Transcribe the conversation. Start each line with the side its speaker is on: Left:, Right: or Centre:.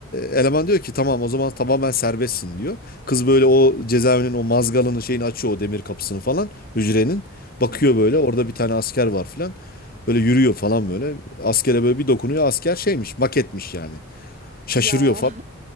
Left: eleman diyor ki tamam o zaman tamamen serbestsin diyor. Kız böyle o cezaevinin o mazgalını şeyini açıyor o demir kapısını falan hücrenin. Bakıyor
Right: Hı hı.
Left: böyle orada bir tane asker var falan. Böyle yürüyor falan böyle. Askere böyle bir dokunuyor asker şeymiş maketmiş yani. Şaşırıyor
Right: Ya
Left: falan.